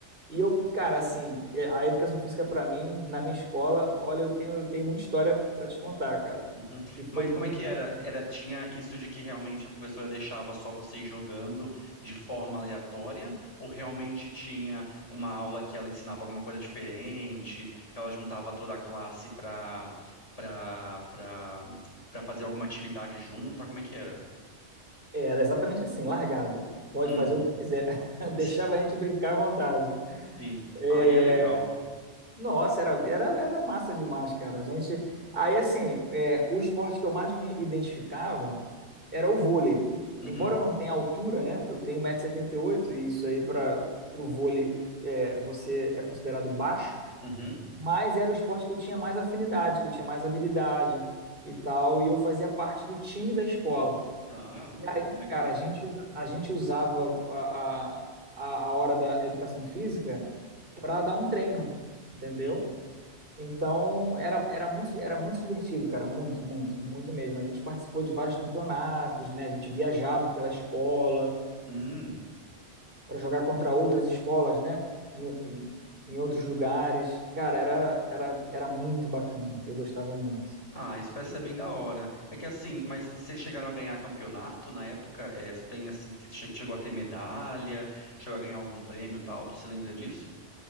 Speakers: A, on the right; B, on the left.
A: E eu, cara, assim, é, a educação física pra mim, na minha escola, olha, eu tenho, eu tenho muita história pra te contar, cara,
B: Uhum.
A: que foi
B: Mas
A: muito
B: como é que
A: bacana.
B: era? Era, tinha isso de que realmente a professora deixava só vocês jogando de forma aleatória? Ou realmente tinha uma aula que ela ensinava alguma coisa diferente, que ela juntava toda a classe pra, pra, pra, pra fazer alguma atividade junta? Como é que era?
A: É, Era exatamente assim, largado. Pode
B: Hum,
A: fazer o que quiser. <laughs>
B: <laughs>
A: Deixava a gente brincar à vontade.
B: sim.
A: É,
B: Ah, e é legal.
A: Nossa, era, era, era massa demais, cara. A gente. Aí, assim, é, o esporte que eu mais me identificava era o vôlei.
B: Uhum,
A: Embora eu não tenha altura, né? Eu tenho 1,78m e setenta e oito, e isso aí para o vôlei é, você é considerado baixo.
B: uhum.
A: Mas era o esporte que eu tinha mais afinidade, que eu tinha mais habilidade e tal. E eu fazia parte do time da escola.
B: Ah,
A: E
B: pô,
A: aí,
B: legal.
A: cara, a gente, a gente usava a, a, a hora da educação física para dar um treino, entendeu?
B: Uhum.
A: Então, era, era muito, era muito divertido, cara, muito, muito, muito mesmo. A gente participou de vários campeonatos, né? A gente viajava pela escola
B: Hum.
A: para jogar contra outras escolas, né? Em, em- em outros lugares. Cara, era, era, era muito bacana. Eu gostava muito.
B: Ah, isso parece
A: E-
B: ser bem da hora. É que assim, mas vocês chegaram a ganhar campeonato na época? É, tu tem assim que che- chegou a ter medalha, chegou a ganhar algum prêmio e tal? Tu se lembra disso?